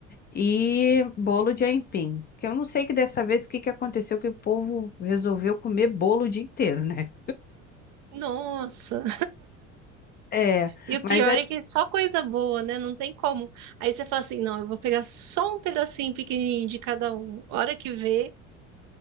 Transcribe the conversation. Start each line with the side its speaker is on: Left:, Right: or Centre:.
Left: E bolo de aipim. Que eu não sei que dessa vez o que que aconteceu que o povo resolveu comer bolo o dia inteiro, né?
Right: Nossa.
Left: É,
Right: E o
Left: mas
Right: pior é que é só coisa boa, né? Não tem como. Aí você fala assim, não, eu vou pegar só um pedacinho pequenininho de cada um. Hora que vê,